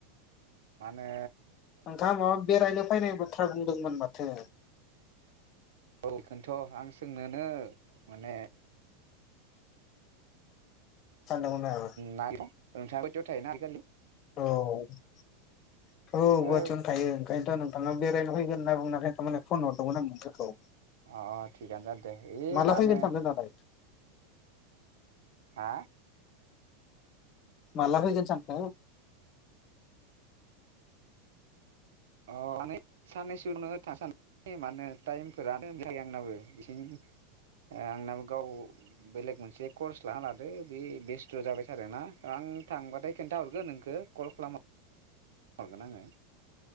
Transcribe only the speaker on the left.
नोंथाङा माबा बेरायनो फैनायबो बाथ्रा बुंदोंमोन माथो?
सानदोंमोन आरो
औ औ गुवाहाटियावनो
थायो ओंखायनोथ नोंथाङा बेरायनो फैगोन होनना बुंनायखाय थारमाने फन हरगौमोन आं नोंथांखौ
माला
फैगोन
सानदों दालाय
माला फैगोन सानखो?